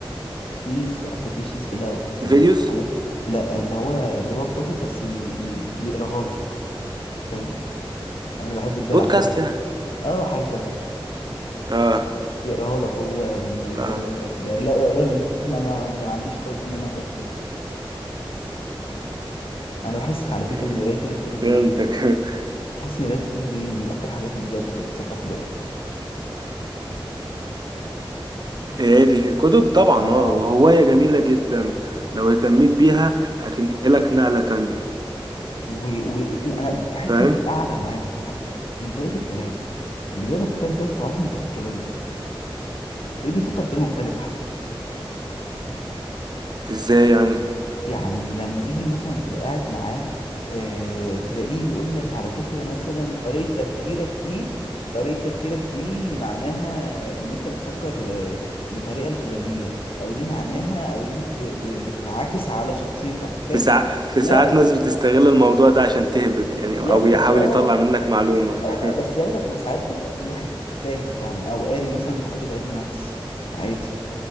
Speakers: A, on the left; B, on the right.
A: في في ابلكيشنز كده وفي
B: فيديوز
A: حاجات لا اللي هو اللي هو الكتب بس ي- ي- يقراها لك فاهم انا بحب الدلع
B: بودكاست
A: شويه
B: يعني
A: <laughs> اه حاجه شبه كده
B: اه
A: يقراها لك هو وي...
B: فاهمك
A: يعني لا اقرا لي انت <laughs> انا ما, ما عنديش خلق ان انا اقرا كتاب انا بحس على فكره
B: امم
A: ان قرايه الكتب
B: فهمتك
A: دي
B: <laughs>
A: بحس ان قرايه الكتب دي من اكتر الحاجات اللي بجد اللي بتثقف الواحد
B: إيه، هي دي الكتب طبعا
A: اه
B: اه وهواية جميلة جدا لو اهتميت بيها هتنقلك نقلة تانية
A: وانا و... و- أنا بتحس
B: فاهم
A: من القعده معاهم حتى من طريقه الكلام اللي بيقرا الكتاب ده بتعرفه من طريقه كلامه تلاقيه بيفكر بطريقه مختلفه حتى
B: ازاي يعني
A: يعني لما تيجي مثلا تبقى قاعد معاه آه تلاقيه بيقول لك على فكرة مثلا طريقة تفكيرك دي طريقة تفكيرك دي معناها ان انت بتفكر آه، بطريقة الفلانية او دي معناها او دي بتر... ب- بتنعكس على شخصيتك فاهم
B: في ساع... في
A: لا
B: ساعات ناس بتستغل الموضوع ده عشان تهبط يعني
A: ياخدك
B: او يحاول
A: اه
B: يطلع منك معلومة <laughs>
A: او بس ياخدك ساعات بيبقى في واحد فاهم فعلا او قاري مثلا في كتب علم نفس عادي